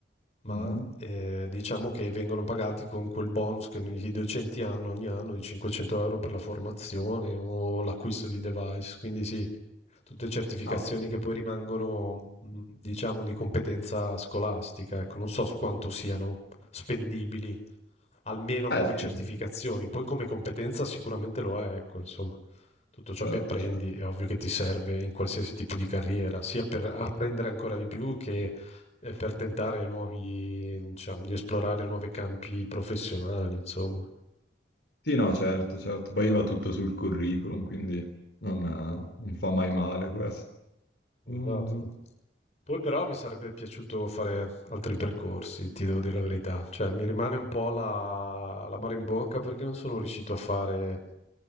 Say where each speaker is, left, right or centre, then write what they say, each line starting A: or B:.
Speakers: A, on the left; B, on the left.
A: ma
B: Mhm.
A: eh, diciamo che vengono pagati con quel bonus che i docenti hanno ogni anno di 500 euro per la formazione o l'acquisto di device. Quindi sì, Tutte certificazioni
B: No.
A: che poi rimangono, mh, diciamo, di competenza scolastica, ecco, non so s- quanto siano spendibili, almeno
B: Eh
A: come
B: sì,
A: certificazioni, poi come competenza sicuramente lo è, ecco, insomma, tutto ciò
B: certo,
A: che apprendi
B: certo.
A: è ovvio che ti serve in qualsiasi tipo di carriera, sia per apprendere ancora di più che eh, per tentare nuovi, diciamo, di esplorare nuovi campi professionali, insomma.
B: Sì, no, certo, certo. Poi va tutto sul curriculum, quindi non, eh, non fa mai
A: Sì.
B: male questo. Mondo.
A: Esatto. Poi però mi sarebbe piaciuto fare altri percorsi, ti devo dire la verità. Cioè, mi rimane un po' la, l'amaro in bocca perché non sono riuscito a fare